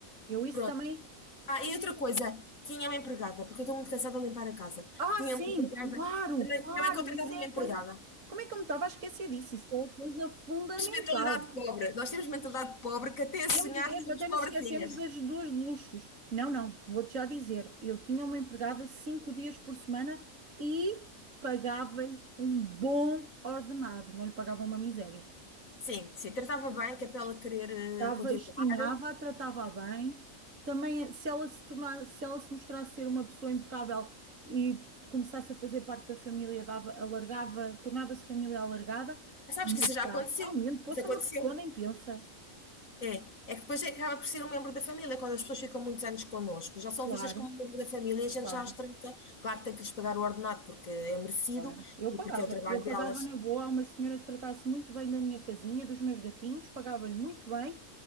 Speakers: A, on the right; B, on the left.
A: Eu isso
B: Pronto.
A: também.
B: Ah, e outra coisa, tinha uma empregada, porque eu estou muito cansada de limpar a casa.
A: Ah,
B: Tinha
A: sim,
B: uma empregada,
A: claro,
B: também,
A: claro.
B: também contratava
A: Isso
B: uma
A: é
B: empregada.
A: a coisa. Como é que eu me estava a esquecer disso? Isso é a coisa fundamental.
B: Temos mentalidade pobre, nós temos mentalidade pobre que até a
A: Temos
B: sonhar
A: mesmo,
B: somos
A: até nos
B: pobrezinhas.
A: esquecemos das duas luxos. Não, não, vou-te já dizer. Eu tinha uma empregada cinco dias por semana e pagava-lhe um bom ordenado. Não lhe pagava uma miséria.
B: Sim, sim, tratava bem, que é para ela querer eh,
A: dava,
B: continuar.
A: estimava, a tratava bem. Também, se ela se tornasse, se ela se mostrasse ser uma pessoa impecável e começasse a fazer parte da família, dava, alargava, tornava-se família alargada,
B: Mas sabes
A: mas
B: que isso já
A: já,
B: aconteceu.
A: realmente, pô,
B: Isso
A: só
B: aconteceu.
A: uma pessoa nem pensa.
B: É, é que depois é que acaba por ser um membro da família, quando as pessoas ficam muitos anos connosco, já são
A: Claro,
B: vistas como um membro da família e a gente
A: claro,
B: já as trata. Claro que tem que lhes pagar o ordenado porque é merecido
A: claro. Eu
B: e
A: pagava.
B: porque é o trabalho
A: Eu pagava
B: delas.
A: na boa a uma senhora que tratasse muito bem da minha casinha, dos meus gatinhos, pagava-lhe muito bem.